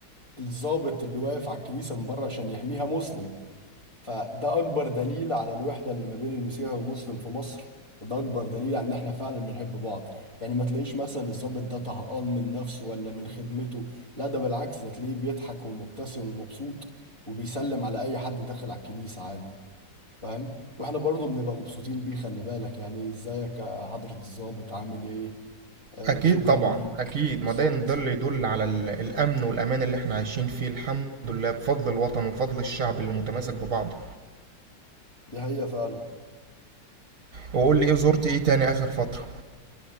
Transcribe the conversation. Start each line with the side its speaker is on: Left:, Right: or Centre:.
Left: الضابط اللي واقف على الكنيسة من بره عشان يحميها مسلم فده اكبر دليل على الوحده اللي ما بين المسيحي والمسلم في مصر وده اكبر دليل على ان احنا فعلا بنحب بعض يعني ما تلاقيش مثلا الضابط ده طهقان من نفسه ولا من خدمته لا ده بالعكس ده تلاقيه بيضحك ومبتسم ومبسوط وبيسلم على اي حد داخل على الكنيسه عادي فاهم واحنا برضه بنبقى مبسوطين بيه خلي بالك يعني ازيك يا حضره الضابط عامل ايه آه
Right: اكيد
Left: شكرا
Right: طبعا
Left: ليك
Right: اكيد
Left: بالظبط
Right: ما ده ده اللي يدل على ال- الامن والامان اللي احنا عايشين فيه الحمد لله بفضل الوطن وبفضل الشعب اللي متماسك ببعضه
Left: دي حقيقه فعلا
Right: وقول لي ايه زرت ايه تاني اخر فترة